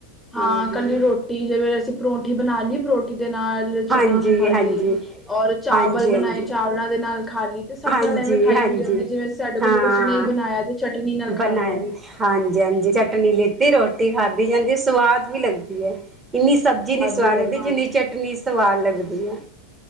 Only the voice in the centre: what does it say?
ਹਾਂ
ਕੱਲੀ ਰੋਟੀ ਜਿਵੇਂ ਅਸੀਂ ਪਰੌਂਠੀ ਬਣਾ ਲਈਏ ਪਰੌਂਠੀ ਦੇ ਨਾਲ। ਚਟਨੀ
ਖਾ ਲਈਏ
ਔਰ ਚਾਵਲ
ਬਣਾਏ ਚਾਵਲਾਂ ਦੇ ਨਾਲ ਖਾ ਲਈ। ਤੇ ਸਭ
ਨਾਲ ਐਵੇਂ ਖਾਈ
ਵੀ ਜਾਂਦੀ ਜਿਵੇਂਂ ਸਾਡੇ ਕੋਲ
ਕੁਛ ਨਹੀਂ ਬਣਾਇਆ ਤੇ ਚਟਨੀ ਨਾਲ ਖਾ
ਲਉ।
ਵੀ ਲੱਗਦੀ